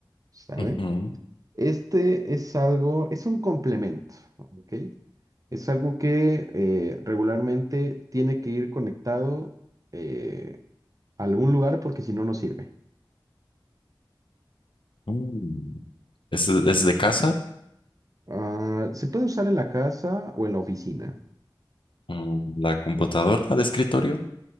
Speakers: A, on the right (about 45°); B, on the left (about 80°).
A: ¿sale?
B: ujú.
A: Este es algo, es un complemento, ¿ok? Es algo que eh, regularmente tiene que ir conectado eh, a algún lugar porque si no, no sirve.
B: Mm. Es, es de casa,
A: Ah, se puede usar en la casa o en la oficina.
B: mm, la computadora de escritorio.